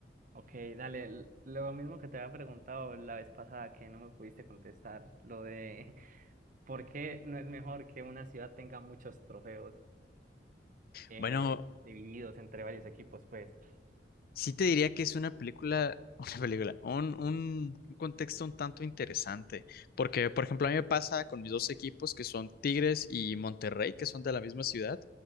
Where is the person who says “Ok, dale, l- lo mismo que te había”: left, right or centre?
Right